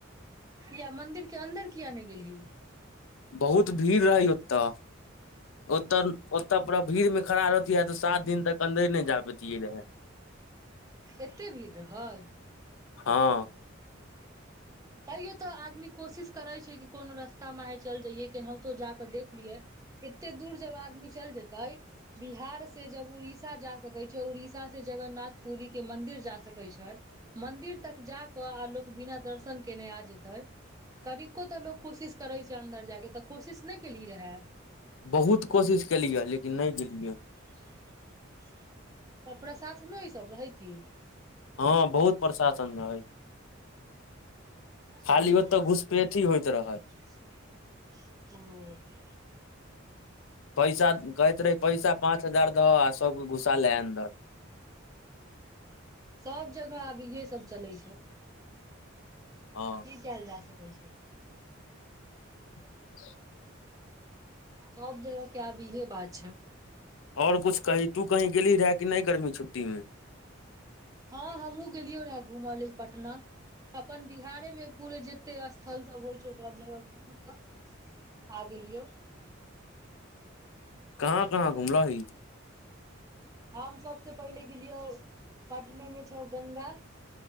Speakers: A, on the right (about 15°); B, on the left (about 75°).
A: किया मंदिरके अन्दर किया नहि गेलही।
B: बहुत भीड़ रहै ओतऽ। ओतऽ ओतऽ पूरा भीड़मे खड़ा रहतियै तऽ सात दिन तक अन्दरे नहि जा पेतियै रहे। <inaudible>
A: एते भीड़ रहै?
B: हँ।
A: तैयो तऽ आदमी कोशिश करै छै, कि कोनो रस्ता महे चलि जइये केनाहितो जा कऽ देख लियै। कते दूर जब आदमी चलि जेतै। बिहारसँ उड़िसा जा सकैत छै, आ उड़िसासँ जगन्नाथपुरीक मन्दिर जा सकैत छै। मंन्दिर तक जा कऽ आ लोक बिना दर्शन केने आज जेतय। कनिको तऽ लोकोग कोशिश करै छै, अन्दर जायके तऽ कोशिश नहि केलिय रहे।
B: बहुत कोशिश केलियै लेकिन नहि गेलियै।
A: <unintelligible> त प्रशासनो ई सभ रहै की?
B: हँ, बहुत प्रशासन रहै।
A: ह,
B: खाली ओतऽ घुसपैठी होइत रहै
A: ह।
B: पैसा कहैत रहे पैसा पाँच हजार दहऽ आ सभके घुसाले अन्दर।
A: सभ जगह आब इहे सभ चलै छै।
B: हँ
A: की कयल जा सकैत छै।
B: <inaudible>
A: सभ जगहके आब इहे बात छै।
B: ओर कुछ कही तू कहीं गेली रहे कि नहि गर्मी छुट्टी मे?
A: हँ, हमहुँ गेलियै रहे घूमऽ लेल पटना। अपन बिहारेमे पूरे जते स्थल सभ होइ छौ, सभ जगह घूम कऽ। आ, गेलियौ।
B: कहाँ, कहाँ घुमल ही?
A: हम सभसँ पहिले गेलियौ पटनेमे छौ, गंगा।